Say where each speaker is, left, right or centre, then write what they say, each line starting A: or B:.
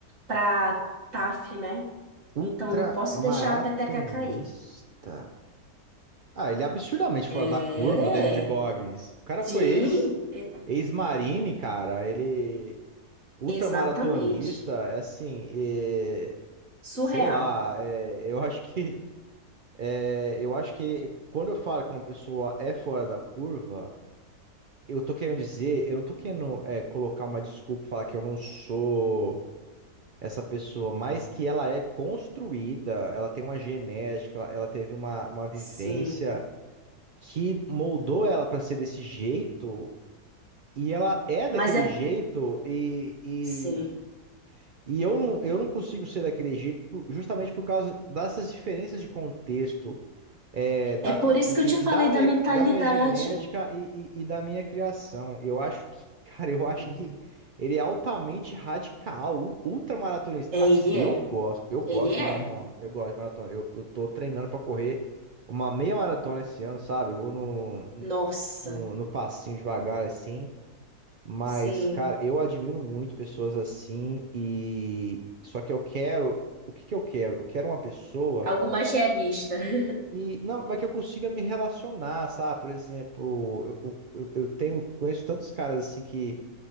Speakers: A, on the right (about 55°); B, on the right (about 80°).
A: para TAF, né? Então
B: ultramaratonista.
A: não posso deixar a peteca cair.
B: Ah, ele é absurdamente fora
A: É,
B: da curva, o David Goggins. O cara
A: sim,
B: foi ex,
A: é-
B: ex-marine, cara. Ele Ultramaratonista,
A: exatamente.
B: é assim, é,
A: Surreal.
B: sei lá, é, eu acho que <laughs> é, eu acho que quando eu falo que uma pessoa é fora da curva, eu tô querendo dizer, eu não tô querendo é, colocar uma desculpa e falar que eu não sou essa pessoa, mas que ela é construída, ela tem uma genética, ela, ela teve uma, uma vivência
A: Sim,
B: que moldou ela para ser desse jeito, e ela é daquele
A: mas é
B: jeito, e,
A: sim.
B: E eu não, eu não consigo ser daquele jeito por- justamente por causa dessas diferenças de contexto, é, da,
A: É por
B: e,
A: isso que eu
B: e-
A: te falei
B: e da minha,
A: da mentalidade.
B: da minha genética e, e- e da minha criação. Eu acho que, <laughs> cara, eu acho
A: Hum.
B: que ele é altamente radical, u- ultramaratonista.
A: É,
B: Assim,
A: ele
B: eu
A: é.
B: gosto, eu gosto
A: Ele é.
B: de maratona, eu gosto de maratona. Eu, eu tô treinando pra correr uma meia maratona esse ano, sabe? Eu vou no,
A: Nossa.
B: no, no passinho devagar, assim. Mas,
A: Sim,
B: cara, eu admiro muito pessoas assim e só que eu quero, o que que eu quero? Eu quero uma pessoa
A: algo mais realista. <laughs>
B: e não, mas que eu consiga me relacionar, sabe? Por exemplo, eu, eu, eu tenho conheço tantos caras assim que